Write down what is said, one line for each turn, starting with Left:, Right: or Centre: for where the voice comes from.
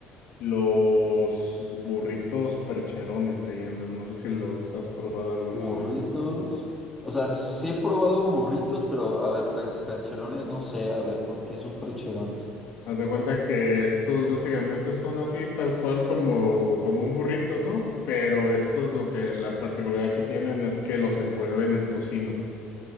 Left: los burritos percherones se llaman, no sé si los has probado alguna
Centre: Burritos.
Left: vez.
Centre: O sea, sí he probado burritos, pero a ver, per- percherones no sé, a ver, ¿por qué son percherones?
Left: Haz de cuenta que estos básicamente son así tal cual como, como un burrito, ¿no? Pero estos lo que la particularidad que tienen es que los envuelven en tocino.